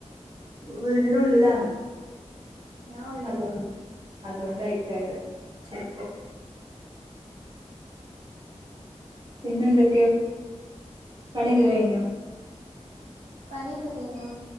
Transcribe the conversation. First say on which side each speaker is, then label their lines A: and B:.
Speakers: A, on the right; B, on the right.
A: വീടിന്റെ ഉള്ളിലാണോ
B: ഞാൻ ഉള്ളിലാ
A: അതൊണ്ട് അതൊണ്ടയ്ക്കാരം ചിലപ്പം പിന്നെന്തൊക്കെ പണികെ കഴിഞൊ
B: പനിയൊക്കെ കഴിഞ്ഞു